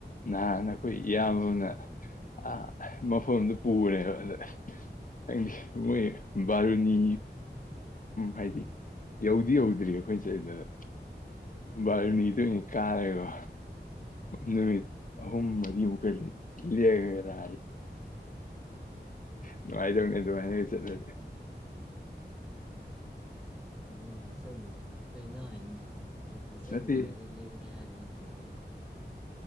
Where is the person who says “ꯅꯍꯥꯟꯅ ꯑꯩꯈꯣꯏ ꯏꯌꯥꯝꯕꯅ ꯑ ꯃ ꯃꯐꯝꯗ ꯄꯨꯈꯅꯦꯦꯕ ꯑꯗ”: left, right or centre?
Left